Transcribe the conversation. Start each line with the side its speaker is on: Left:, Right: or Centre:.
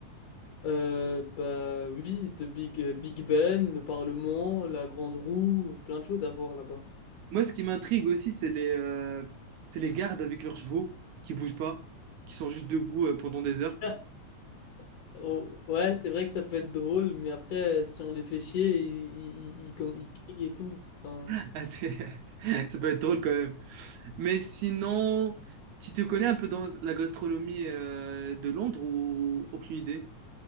Left: Euh, bah oui, de Big euh, Big Ben, le Parlement, la Grande Roue, plein de choses à voir là-bas.
Right: Moi, ce qui m'intrigue aussi, c'est les, euh, c'est les gardes avec leurs chevaux qui bougent pas, qui sont juste debout euh, pendant des heures.
Left: <laughs> Oh, ouais, c'est vrai que ça peut être drôle, mais après, si on les fait chier, ils, ils, ils- ils- comme- ils crient et tout. Enfin,
Right: <laughs> Ah, c'est- <laughs> ça peut être drôle quand même. Mais sinon, tu te connais un peu dans la gastronomie euh, de Londres ou aucune idée?